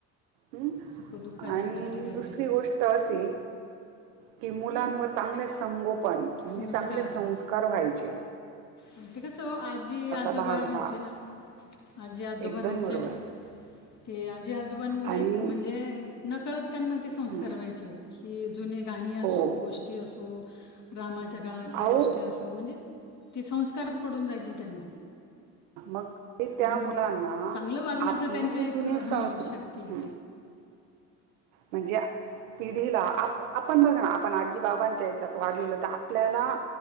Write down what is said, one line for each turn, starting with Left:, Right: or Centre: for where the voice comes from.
Right: हम्
Left: सुखदुःखात
Right: आणि
Left: एकत्र यायचे
Right: दुसरी गोष्ट असे की मुलांवर चांगले संगोपन म्हणजे
Left: संस्कार
Right: चांगले संका करवा्हायचे
Left: आणि ते कसं आजी आजोबा
Right: भाग
Left: रहायचे
Right: हा
Left: ना आजी आजोबां
Right: एकदम
Left: राहचे
Right: बरोबर
Left: ना ते आजी आजोबांमुळे
Right: आणि
Left: म्हणजे नकळत त्यांना ते संस्कार
Right: हं
Left: व्हायचे की जुने गाणी असो
Right: हो.
Left: गोष्टी असो. रामाच्या काळातल्या
Right: अहो
Left: गोष्टी असो म्हणजे ते संस्कारच पडून जायचे त्यांना.
Right: मग ते त्या
Left: आणि
Right: मुलांना
Left: चांगलं वागण्याच
Right: आपली
Left: त्यांच्या
Right: जी
Left: एक
Right: जुनी
Left: हं
Right: संस्कृती
Left: शक्ती आहे.
Right: म्हणजे पिढीला आप आपण बघ ना आपण आजी बाबांच्या हच्यात वाढलेलं तर आपल्याला.